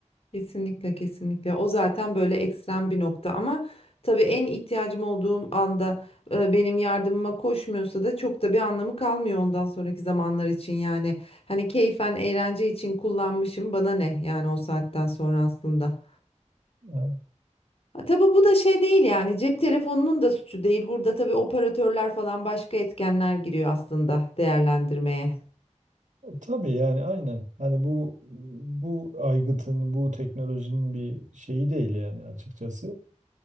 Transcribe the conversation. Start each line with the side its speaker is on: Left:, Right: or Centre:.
Left: Kesinlikle kesinlikle o zaten böyle ekstrem bir nokta ama tabii en ihtiyacım olduğum anda e, benim yardımıma koşmuyorsa da çok da bir anlamı kalmıyor ondan sonraki zamanlar için yani hani keyfen eğlence için kullanmışım bana ne yani o saatten sonra aslında.
Right: Ha,
Left: Ha, tabii bu da şey değil yani cep telefonunun da suçu değil burada tabii operatörler falan başka etkenler giriyor aslında değerlendirmeye.
Right: Tabii yani aynen. Hani bu bu aygıtın, bu teknolojinin bir şeyi değil yani açıkçası.